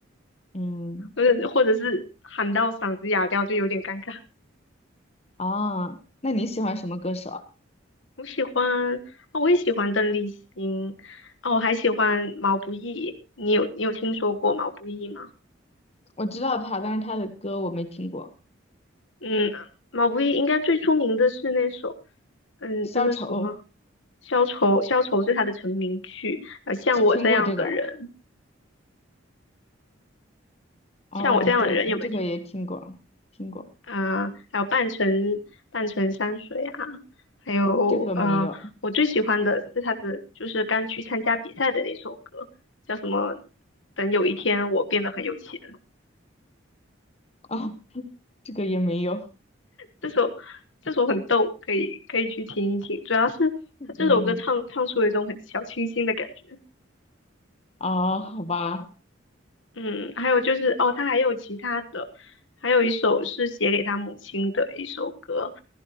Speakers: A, on the left (about 30°); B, on the left (about 70°).
A: 嗯，
B: 或者或者是喊到嗓子哑掉，就有点尴尬。
A: 啊，那你喜欢什么歌手啊？
B: 我喜欢啊、我也喜欢邓丽欣啊、我还喜欢毛不易。你有你有听说过毛不易吗？
A: 我知道他，但是他的歌我没听过，
B: 嗯，毛不易应该最出名的是那首，嗯，
A: 消愁
B: 那个什么《消愁》，《消愁》是他的成名曲。还有像我这样的人，
A: 只听过这个。哦，
B: 像我这样的人有没有听？
A: 对，这个也听过，听过，
B: 啊、还有半城半城山水啊，还有呃，
A: 这个没有。
B: 我最喜欢的是他的就是刚去参加比赛的那首歌，叫什么？等有一天我变得很有钱。
A: 哦，这个也没有。
B: 这首这首很逗，可以可以去听一听。主要是他这首歌唱唱出了一种很小清新的感觉。
A: 嗯，啊，好吧，
B: 嗯，还有就是哦，他还有其他的，还有一首是写给他母亲的一首歌，